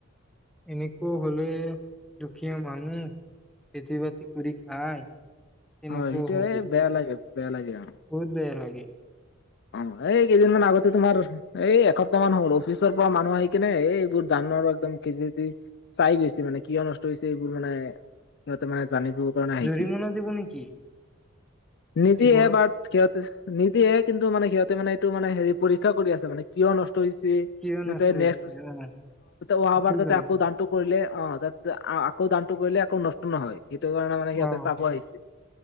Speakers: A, in the centre; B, on the left.
A: এনেকুৱা হলে দুখীয়া মানুহ খেতি বাতি কৰি খাই তেনেকুৱাও
B: হয় সেইটোয়ে
A: হব বহুত
B: বেয়া লাগে বেয়া লাগে অ
A: বেয়া লাগে <unintelligible>
B: অ এই কেইদিনমান আগতে তোমাৰ এই এসপ্তাহ মান হল অফিচৰ পৰা মানুহ আহি কিনে এই এইবোৰ ধানৰ একদম খেতি খেতি চাই গৈছে মানে কিয় নষ্ট হৈছে এইবোৰ মানে সিহঁতে মানে জানিব কাৰণে আহিছিলে
A: জৰিমনা দিব নেকি
B: নীতি
A: খেতি কৰাত
B: একব ক নীতি এক কিন্তু মানে সিহঁতে মে এইটো মানে পৰীক্ষা কৰি আছে মানে কিয় নষ্ট নষ্ট হৈছে
A: কিয়
B: যাতে
A: নষ্ট
B: নেষ্ট
A: হৈছে অ'
B: অহা
A: সেইটোৱে
B: বাৰ
A: লাগে
B: আকৌ ধানটো কৰিলে অ তাৰ আকৌ ধানটো কৰিলে আকৌ নষ্ট নহয় সেইটো কাৰণে মানে
A: অ'
B: সিহতে চাব আহিছে